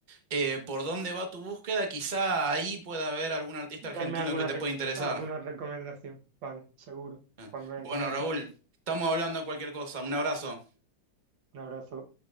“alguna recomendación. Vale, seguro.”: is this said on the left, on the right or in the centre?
Right